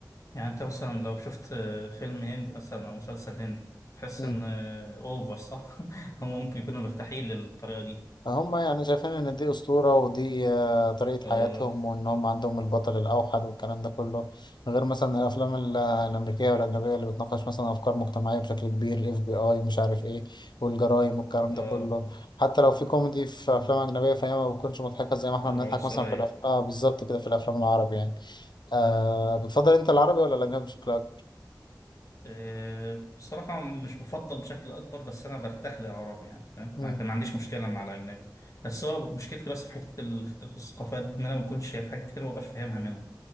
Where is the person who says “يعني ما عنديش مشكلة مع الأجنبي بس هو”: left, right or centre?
Left